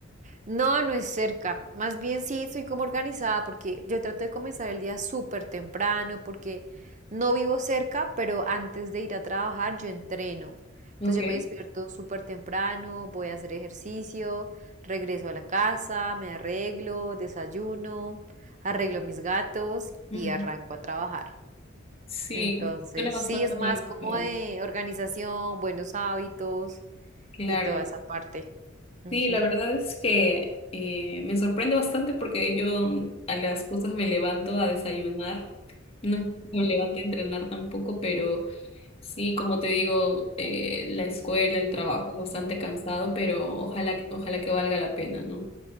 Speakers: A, on the right; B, on the left.
A: No, no es cerca. Más bien sí, soy como organizada porque yo trato de comenzar el día súper temprano porque no vivo cerca, pero antes de ir a trabajar yo entreno.
B: Ok.
A: Entonces yo me despierto súper temprano, voy a hacer ejercicio, regreso a la casa, me arreglo, desayuno, arreglo mis gatos
B: Ujú.
A: y arranco a trabajar.
B: Sí,
A: Entonces
B: suena bastante
A: sí, es
B: organizado.
A: más como de organización, buenos hábitos
B: Claro,
A: y toda esa parte. Ujú.
B: sí, la verdad es que eh, me sorprende bastante porque yo mm, a las justas me levanto a desayunar, no es que me levanto a entrenar tampoco, pero sí, como te digo, eh, la escuela, el trabajo es bastante cansado, pero ojalá, ojalá que valga la pena, ¿no?